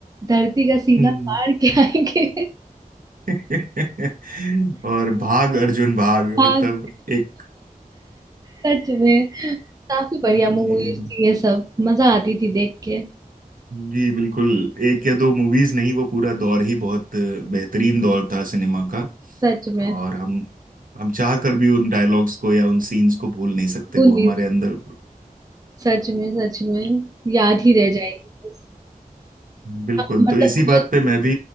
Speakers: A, on the right; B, on the right.
A: धरती का सीना
B: हम्म।
A: फाड़ के <laughs> आएंगे
B: <laughs> और भाग अर्जुन भाग
A: हाँ
B: मतलब एक
A: सच में काफी बढ़िया मूवीज
B: जी
A: थी ये सब मजा आती थी देख के
B: जी बिल्कुल एक या दो मूवीज नहीं वो पूरा दौर ही बहुत बेहतरीन दौर था सिनेमा का
A: सच में
B: और हम हम चाह कर भी उन डायलॉग्स को या उन सीन्स को भूल नहीं सकते
A: भूल
B: वो
A: नहीं
B: हमारे
A: सकती
B: अंदर
A: सच में सच में याद ही रह जाएगी
B: बिल्कुल
A: अब मतलब
B: तो इसी
A: मुझे
B: बात पे मैं भी